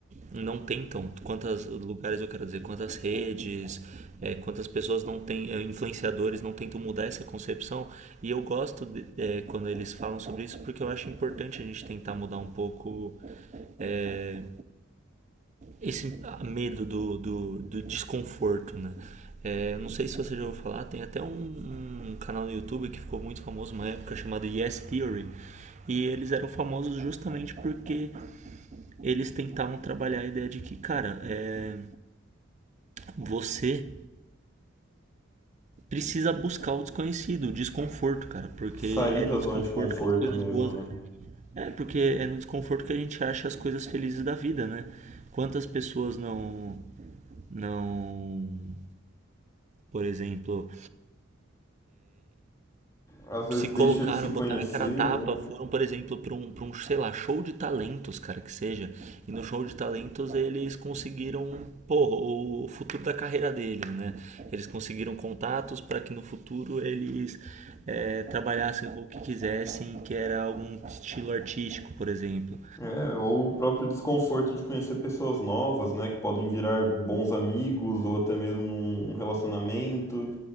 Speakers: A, on the right (about 35°); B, on the left (about 15°).
A: não tentam, quantos lugares eu quero dizer, quantas redes, é, quantas pessoas não têm, é, influenciadores não tentam mudar essa concepção. E eu gosto de- é, quando eles falam sobre isso porque eu acho importante a gente tentar mudar um pouco é, esse medo do, do, do desconforto, né? É, não sei se você já ouviu falar, tem até um, um canal no YouTube que ficou muito famoso uma época chamado Yes Theory. E eles eram famosos justamente porque eles tentavam trabalhar a ideia de que, cara, é, você precisa buscar o desconhecido, o desconforto, cara, porque
B: Sair
A: é
B: da
A: no
B: zona
A: desconforto
B: de conforto
A: que as coisas
B: mesmo,
A: boas.
B: né?
A: É, porque é no desconforto que a gente acha as coisas felizes da vida, né? Quantas pessoas não. não por exemplo,
B: Às vezes
A: se colocaram,
B: deixa de se conhecer,
A: botaram a cara a tapa,
B: né?
A: foram, por exemplo, para um, para um, sei lá, show de talentos, cara, que seja. E no show de talentos eles conseguiram, porra, o futuro da carreira deles, né? Eles conseguiram contatos para que no futuro eles é, trabalhassem com o que quisessem, que era algum estilo artístico, por exemplo.
B: É, ou o próprio desconforto de conhecer pessoas novas, né? Que podem virar bons amigos ou até mesmo um um relacionamento.